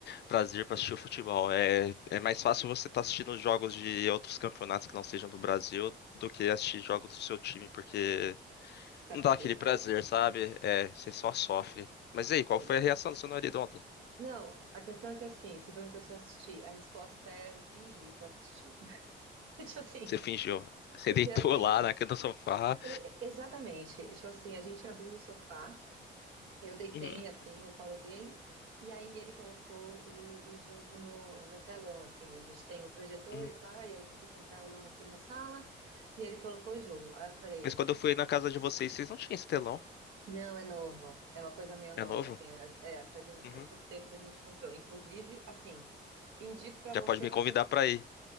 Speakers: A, on the left; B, on the right.
A: prazer pra assistir o futebol. É, é mais fácil você tá assistindo os jogos de outros campeonatos que não sejam do Brasil do que assistir jogos do seu time, porque
B: Tá
A: não dá
B: complicado.
A: aquele prazer, sabe? É, você só sofre. Mas e aí, qual
B: E-
A: foi a reação do seu marido ontem?
B: Não, a questão é que assim, você perguntou se eu assisti, a resposta é eu fingi que eu assisti. <laughs> Tipo assim,
A: Você fingiu. Você
B: porque
A: deitou
B: assim,
A: lá na cama do sofá.
B: e- exatamente, tipo assim, a gente abriu o sofá. Eu deitei
A: Uhum,
B: assim no colo dele, e aí ele colocou o, o jogo no, no telão, assim. A gente tem o projetor
A: uhum.
B: e pá, e aí que fica um telão assim na sala, e ele colocou o jogo. Aí eu falei,
A: Mas quando eu fui na casa de vocês, vocês não tinham esse telão.
B: não, é novo, é uma coisa meio nova,
A: É novo?
B: assim. É, é, faz um, faz
A: Uhum.
B: pouco tempo que a gente comprou. Inclusive, assim, indico pra você,
A: Já pode me
B: mas
A: convidar
B: você,
A: pra ir.